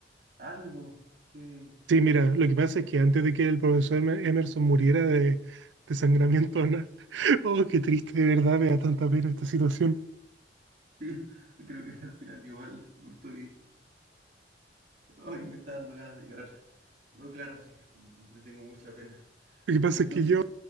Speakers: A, on the right (about 45°); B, on the right (about 85°).
A: algo? ¿Qué,
B: Sí,
A: qué,
B: mira, lo que pasa es que antes de que el profesor Emer- Emerson muriera de desangramiento anal, <laughs> oh, qué triste, de verdad, me da tanta pena esta situación.
A: <laughs> Sí, creo que al final yo igual me estoy... Ay, me está dando ganas de llorar. No, claro, sí, le tengo mucha pena.
B: Lo que pasa
A: Entonces,
B: es que yo,